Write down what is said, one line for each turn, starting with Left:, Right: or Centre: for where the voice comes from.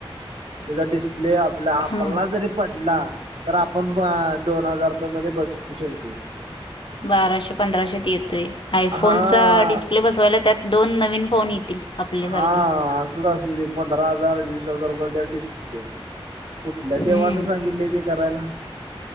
Right: त्याचा डिस्प्ले, आपल्या आपला
Left: हा
Right: जरी पडला तर आपण दोन हजार रुपये मध्ये बस विषय हुतंय.
Left: बाराशे, पंधराशेत येतोय आयफोनचा
Right: हा
Left: डिस्प्ले बसवायला त्यात दोन नवीन फोन येतील. आपल्यासारखे
Right: हा असत अस पंधरा हजार, वीस हजार रुपये त्या डिस्प्ले कुठल्या
Left: हम्म
Right: देवान सांगितलय ते करायला?